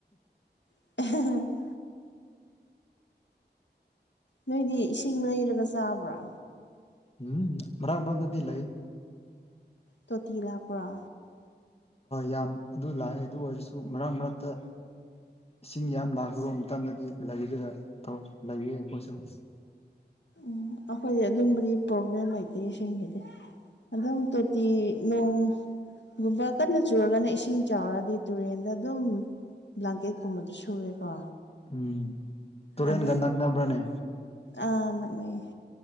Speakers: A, on the left; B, on the left.
A: <unintelligible> ꯅꯣꯏꯗꯤ ꯏꯁꯤꯡ ꯂꯩꯔꯒ ꯆꯥꯕ꯭ꯔꯥ
B: ꯎꯝ ꯃꯔꯛ ꯃꯔꯛꯇꯗꯤ ꯂꯩ
A: ꯇꯣꯇꯤ ꯂꯥꯛꯄꯔ
B: ꯌꯥꯝ ꯑꯗꯨ ꯂꯥꯛꯑꯦ ꯑꯗꯨ ꯑꯣꯏꯔꯁꯨ ꯃꯔꯛ ꯃꯔꯛꯇ ꯏꯁꯤꯡ ꯌꯥꯝ ꯂꯥꯛꯇꯕ ꯃꯇꯝꯗꯗꯤ ꯂꯩꯒꯦꯔ ꯇꯧ ꯂꯩꯌꯦ ꯑꯩꯈꯣꯏꯁꯨ
A: ꯎꯝ ꯑꯩꯈꯣꯏꯗꯤ ꯑꯗꯨꯝꯕꯗꯤ ꯄ꯭ꯔꯣꯕ꯭ꯂꯦꯝ ꯂꯩꯇꯦ ꯏꯁꯤꯡꯒꯤꯗꯤ ꯑꯗꯨꯝ ꯇꯣꯇꯤ ꯅꯣꯡꯒꯨꯝꯕ ꯀꯟꯅ ꯆꯨꯔꯒꯅ ꯏꯁꯤꯡ ꯆꯥꯎꯔꯗꯤ ꯇꯨꯔꯦꯟꯗ ꯑꯗꯨꯝ ꯕ꯭ꯂꯥꯡꯀꯦꯠꯀꯨꯝꯕꯗ ꯁꯨꯔꯦꯀꯣ
B: ꯎꯝ ꯇꯨꯔꯦꯟꯒ
A: ꯑꯗ
B: ꯅꯛꯅꯕ꯭ꯔꯅꯦ
A: ꯑ ꯅꯛꯅꯩꯌꯦ